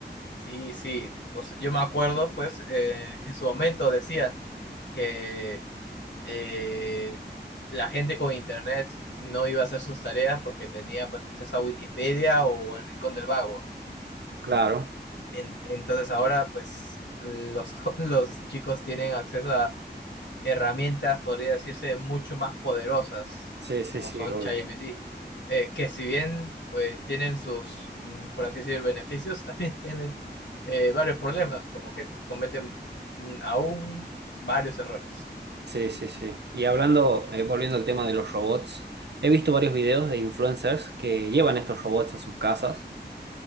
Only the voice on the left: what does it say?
Sí, sí. Pues, yo me acuerdo, pues, eh, en su momento decían que eh, la gente con internet no iba a hacer sus tareas porque tenía pues acceso a Wikipedia o el Rincón del Vago.
En- entonces ahora, pues, los, <laughs> los chicos tienen acceso a herramientas, podría decirse, mucho más poderosas,
como
son
ChatGPT, eh, que si bien eh, tienen sus, mm, por así decir, beneficios, <laughs> también tienen eh, varios problemas, como que cometen mm, aún varios errores.